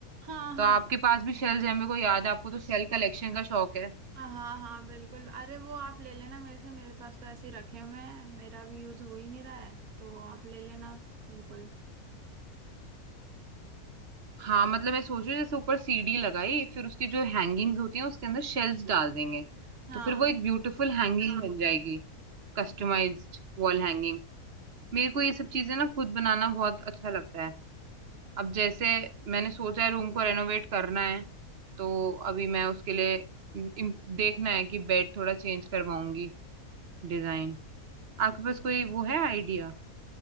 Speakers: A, on the right; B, on the right.
A: हाँ
B: तो
A: हाँ
B: आपके पास भी शेल्स है मेरे को याद है आपको तो शेल कलेक्शन का शौक है
A: हाँ हाँ हाँ बिल्कुल अरे वो आप ले लेना मेरे से मेरे पास तो ऐसे ही रखे हुए हैं मेरा भी यूज हो ही नहीं रहा है तो आप ले लेना बिल्कुल
B: हाँ मतलब मैं सोच रही हूँ जैसे ऊपर सीढ़ी लगाई फिर उसकी जो हैंगिंग्स होती हैं उसके अंदर शेल्स डाल देंगे
A: हाँ
B: तो फिर वो एक ब्यूटीफुल हैंगिंग बन जाएगी कस्टमाइज्ड वॉल हैंगिंग मेरे को ये सब चीजें ना खुद बनाना बहुत अच्छा लगता है अब जैसे मैंने सोचा है रूम को रेनोवेट करना है तो अभी मैं उसके लिए इम- देखना है कि बेड थोड़ा चेंज करवाऊंगी डिजाइन आपके पास कोई वो है आइडिया